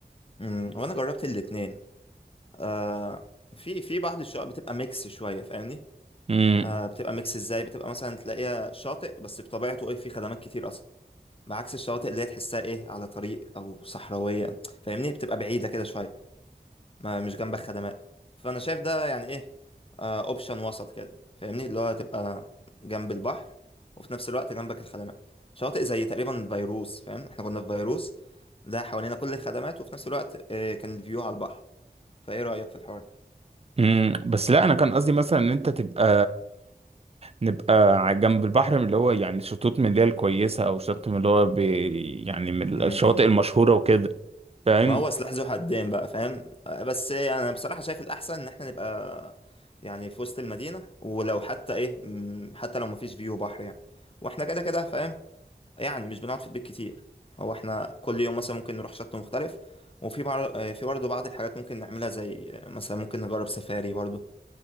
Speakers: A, on the left; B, on the right.
A: امم وانا جربت الاتنين آه، في في بعض الشقق بتبقى ميكس شوية فاهمني
B: امم
A: آه، بتبقى ميكس ازاي بتبقى مثلا تلاقيها شاطئ بس بطبيعته ايه فيه خدمات كتير اصلا بعكس الشواطئ اللي هي تحسها ايه على طريق او صحراويه فاهمني بتبقى بعيده كده شويه ما مش جنبك خدمات فانا شايف ده يعني ايه اوبشن وسط كده فاهمني اللي هو تبقى جنب البحر وفي نفس الوقت جنبك الخدمات شواطئ زي تقريبا فيروس فاهم احنا كنا في فيروس ده حوالينا كل الخدمات وفي نفس الوقت آه، كان الفيو على البحر فايه رايك في الحوار
B: امم بس لا انا كان قصدي مثلا ان انت تبقى نبقى على جنب البحر من اللي هو يعني شطوط من اللي هي الكويسة او شط من اللي هو بي يعني من
A: ده
B: الشواطئ المشهورة وكده فاهم
A: ما هو سلاح ذو حدين بقى فاهم آه، بس يعني انا بصراحة شايف الأحسن إن احنا نبقى يعني في وسط المدينة ولو حتى إيه مم، حتى لو مفيش فيو بحر يعني واحنا كده كده فاهم يعني مش بنقعد في البيت كتير هو احنا كل يوم مثلا ممكن نروح شط مختلف وفي بع... آه، في برضه بعض الحاجات ممكن نعملها زي آه، مثلا ممكن نجرب سفاري برضه